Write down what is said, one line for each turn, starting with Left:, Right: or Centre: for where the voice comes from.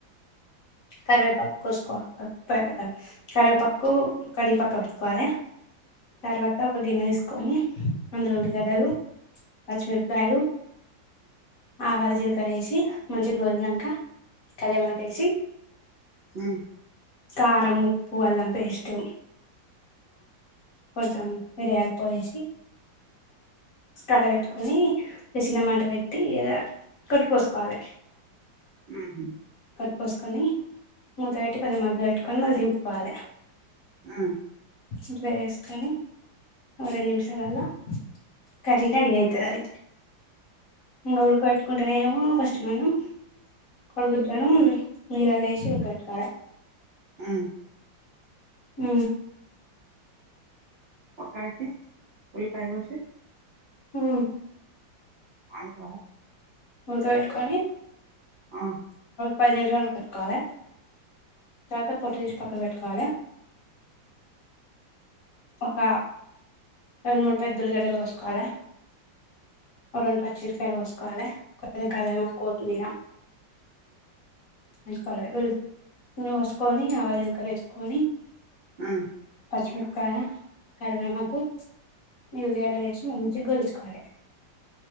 Left: కరివేపాక్ కోసుకోవా అ కోయాలె స్ కరివేపక్కూ కడిగి పక్క పెట్టుకోవాలే తర్వాత ఒక గిన్నె తీసుకోని అందులో ఉల్లిగడ్డలు పచ్చిమిరపకాయలు ఆవాల్ జిల్ కరేసి మంచిగ్గోల్నంక కలెమాకేసి
Right: నన్
Left: కారం ఉప్పు అల్లంపేస్టు కొంచెం మీరియాళ పొడేసి కల పెట్టుకొని ఇగ సిన్న మంట పెట్టి ఇగ కొట్టి పోసుకోవాలె
Right: ఊహు
Left: పోసుకొని మూత పెట్టి కొంచెం మగ్గ పెట్టుకొని మళ్ దింపుకోవాలె
Right: ఆ
Left: ఇట్ల చెస్కొని ఓ రెంన్నిమిషాలల్ల కరీ రడీ అయితదది ఇంగ ఉడకబెట్టుకుంటనేమో ఫస్ట్ మనం కొడుగుడ్లను నీళ్లల్ల ఏసీ ఉడకబెట్టుకోవాలే
Right: ఆ
Left: ఊ
Right: ఒక్కటి ఉల్లిపాయ కోసి
Left: ఉ
Right: అను పో
Left: ఉడక పెట్టుకొని
Right: ఆ
Left: పది నిమిషాలు ఉడాక పెట్టుకోవాలి. తర్వాత పొట్టు తీసి పక్కన పెట్టుకోవాలె ఒక రెండ్ మూడ్ పెద్దులిగడ్డలు కోసుకోవాలె రెండు పచ్ ఉసిరి కాయలు కోసుకోవాలే కొన్నిం కలుఏమో కోతీ మీరా వేసుకోవాలిళ్ళు ను వసుకొని ఆ వాళ ఇంకర వేసుకొని
Right: ఆ
Left: పచ్చమిరక్కయ కళ నాకు యూవిడ వేసి మంచి గలుచుకోవాలి.